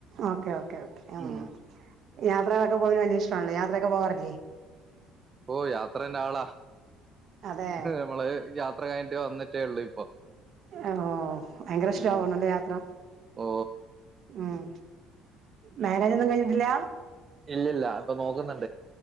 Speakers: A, on the right (about 50°); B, on the right (about 30°).
A: ഓക്കെ ഓക്കെ ഓക്കെ
B: ഉം
A: മ് യാത്രകളൊക്കെ പോകുന്നതിന് വലിയ ഇഷ്ടല്ലേ യാത്രയൊക്കെ പോവാറില്ലേ
B: ഓ യാത്രേന്റെ ആളാ
A: അതെ
B: നമ്മള് യാത്ര കഴിഞ്ഞിട്ട് വന്നിട്ടേ ഉള്ളു ഇപ്പൊ.
A: ഓ ഭയങ്കര ഇഷ്ടാ
B: ഉം
A: തോന്നുന്നുല്ലേ യാത്ര?
B: ഓ
A: ഉം മാര്യേജ് ഒന്നും കഴിഞ്ഞിട്ടില്ല?
B: ഇല്ല ഇല്ല ഇപ്പൊ നോക്കുന്നുണ്ട്.